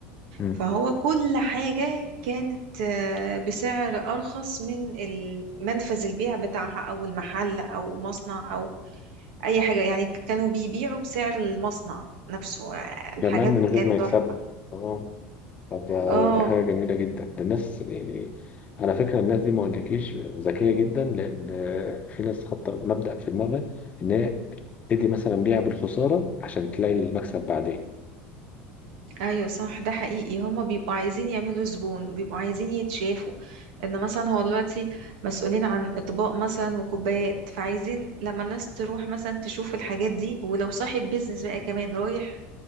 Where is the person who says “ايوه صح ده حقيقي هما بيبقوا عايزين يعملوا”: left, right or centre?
Right